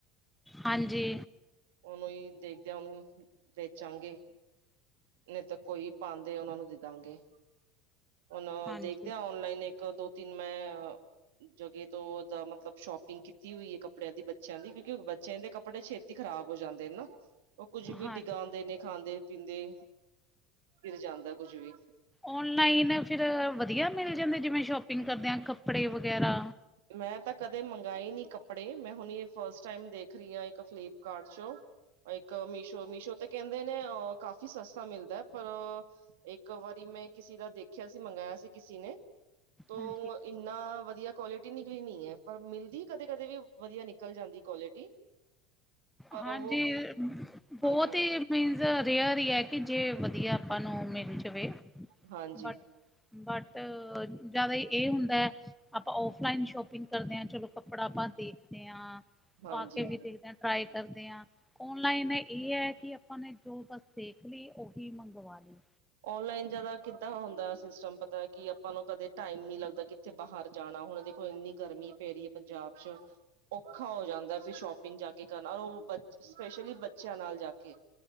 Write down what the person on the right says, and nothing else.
ਓਨੂੰ ਈ ਦੇਖਦੇ ਆਂ ਓਨੂੰ ਵੇਚਾਂਗੇ। ਨਈ ਤਾਂ ਕੋਈ ਪਾਂਦੇ ਓਨਾਂ ਨੂੰ ਦੇ ਦਾਂਗੇ, ਹੁਨ
ਦੇਖਦੇ ਆਂ ਔਨਲਾਈਨ ਇਕ ਇੱਕ ਦੋ ਤਿੰਨ ਮੈਂ ਜਗੇ ਤੋਂ ਓਦਾ ਮਤਲਬ ਸ਼ੋਪਿੰਗ ਕੀਤੀ ਹੋਈ ਏ ਕੱਪੜੇਆਂ ਦੀ ਬੱ ਬੱਚੇਆਂ ਦੀ ਕਿਓਂਕਿ ਬੱਚੇਆਂ ਦੇ ਕੱਪੜੇ ਛੇਤੀ ਖਰਾਬ ਹੋ ਜਾਂਦੇ ਨੇ ਨਾ, ਓ ਕੁੱਝ ਵੀ
ਡਿਗਾ ਦੇ ਨੇ ਖਾਂਦੇ ਪੀਂਦੇ, ਗਿਰ ਜਾਂਦਾ ਕੁੱਝ ਵੀ।
ਮੈਂ ਤਾਂ ਕਦੇ ਮੰਗਾਏ ਨੀ ਕੱਪੜੇ ਮੈਂ ਹੁਨੇ ਫਸਟ ਟਾਈਮ ਦੇਖ ਰਈ ਆਂ ਇੱਕ ਫਲਿਪਕਾਟ ਚੋਂ। ਇੱਕ ਮੀਸ਼ੋ-ਮੀਸ਼ੋ ਤੇ ਕੈਂਦੇ ਨੇ ਅਮ ਕਾਫੀ ਸਸਤਾ ਮਿਲਦਾ, ਪਰ ਇੱਕ ਵਾਰੀ ਮੈਂ ਕਿਸੀ ਦਾ ਦੇਖੇਆ ਸੀ ਮੰਗਾਏਆ ਸੀ ਕਿਸੀ ਨੇ ਤੋ
ਇੰਨਾ ਵਦੀਆ ਕੁਆਲਿਟੀ ਨਿਕਲੀ ਨੀ ਐ ਪਰ ਮਿਲਦੀ ਕਦੇ-ਕਦੇ ਵੀ ਵਦੀਆ ਨਿਕਲ ਜਾਂਦੀ ਕੁਆਲਿਟੀ। <inaudible> ਪਰ
ਉਹ
ਹਾਂਜੀ
ਹਾਂਜੀ
ਹਾਂਜੀ
ਔਨਲਾਈਨ ਜਾਦਾ ਕਿੱਦਾਂ ਹੁੰਦਾ ਸਿਸਟਮ ਪਤਾ ਕੀ ਆਪਾਂ ਨੂੰ ਕਦੇ ਟਾਈਮ ਨੀ ਲੱਗਦਾ ਕਿੱਥੇ ਬਾਹਰ ਜਾਨਾ ਹੁਨ ਦੇਖੋ ਇੰਨੀ ਗਰਮੀ ਪੈ ਰੀ ਐ ਪੰਜਾਬ ਚ। ਔਖਾ ਹੋ ਜਾਂਦਾ ਫਿਰ ਸ਼ੋਪਿੰਗ ਜਾ ਕੇ ਕਰਨਾ ਓ ਬੱਚੇ ਸਪੈਸ਼ਲੀ ਬੱਚੇਆਂ ਨਾਲ ਜਾ ਕੇ